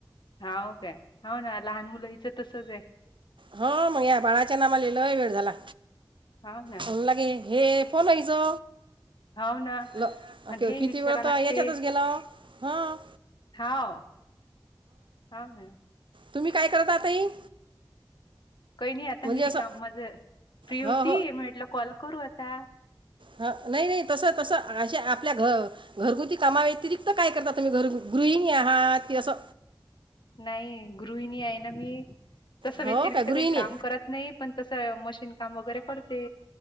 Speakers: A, on the left; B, on the right.
A: हाव काय? हो ना, लहान मुल इथ तसच आहे.
B: हो, मग या बाळाच्या नामाने लय वेळ झाला.
A: हाव ना
B: होऊन लागे. हे बोलायचो
A: हाव ना
B: ल
A: आणि हे
B: किती
A: विचारा
B: वेळ
A: लागते
B: तर ह्याच्यातच गेला हं.
A: हाव. हां ह
B: तुम्ही काय करता ताई?
A: काही नाही आता मी रिकाम
B: असं
A: माझं, फ्री होती
B: हो
A: म्हटलं कॉल करू आता.
B: ह नाही नाही तस तस अशे आपल्या घ घरगुती कामा व्यतिरिक्त काय करता तुम्ही घरी? गृहिणी आहात की, असं
A: नाही, गृहिणी आहे ना मी. तसं
B: हो
A: व्यतिरिक्त
B: काय गृहिणी
A: काही काम करत नाही, पण तसं मशीन काम वगैरे करते.